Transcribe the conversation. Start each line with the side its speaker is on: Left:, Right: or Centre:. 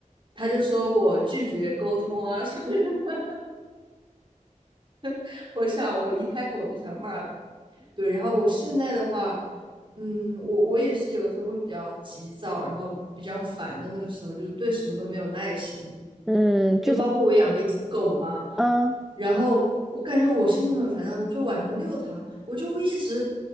Right: 他就说我拒绝沟通啊什么什 <laughs> 我想我一开口我就想骂人，对。然后我现在的话，嗯，我我也是有的时候会比较急躁，然后比较烦的那个时候，就是对什么都没有耐心。
Centre: 嗯，就算
Right: 就包括我养了一只狗，
Centre: 嗯
Right: 然后我感觉我心情很烦躁，就晚上遛它，我就会一直